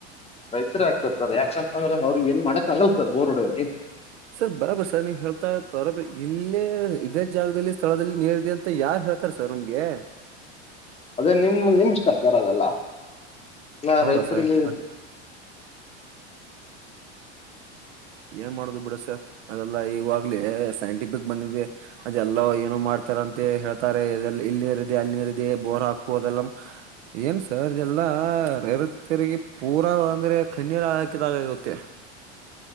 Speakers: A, on the left; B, on the right.
A: ರೈತರೇ ಆಗ್ತಾರೆ ಸರ್ ಯಾಕಂತಂದ್ರೆ ಅವ್ರಿಗೆ ಏನ್ ಮಾಡಾಕ್ ಆಗಲ್ಲ ಸರ್ ಬೋರ್ ರಡಲ್ಲಿ
B: ಸರ್ ಬರಾಬರ್ ಸರ್ ನೀ ಹೇಳ್ತಾ ಬರಬ ಇಲ್ಲೇ ಇದೇ ಜಾಗದಲ್ಲಿ ಸ್ಥಳದಲ್ಲಿ ನೀರ್ ಇದೆ ಅಂತ ಯಾರ್ ಹಳ್ತ ತ್ತರ್ ಸರ್ ನಿಮ್ಗೆ
A: ಅದೇ ನಿಮ ನಿಮ ಇಷ್ಟ ಸರ್ ಅದೆಲ್ಲ ಎಲ್ಲ
B: ಹೌದಾ
A: ರೈತರಿಗೆ
B: ಸರ್ ಅದ ಏನ್ ಮಾಡೋದು ಬಿಡಸ ಅದೆಲ್ಲಾ ಈವಾಗ್ಲೇ ಸೈಂಟಿಫಿಕ್ ಬಂದಿದವಿ ಅದೆಲ್ಲ ಏನು ಮಾಡ್ತಾರ ಅಂತೆ ಹೇಳ್ತಾರೆ ಇಲ್ಲಿ ನೀರ ಇಿದೆ ಅಲ್ಲಿ ನೀರ ಇಿದೆ ಬೋರ್ ಹಾಕು ಅದೆಲ್ಲ ಏನು ಸರ್ದೆಲ್ಲ ರರ ತಿರುಗಿ ಪೂರ ಅಂದರೆ ಕಣ್ಣೀರು ಹಾಕಿದಾಗಗುತ್ತೆ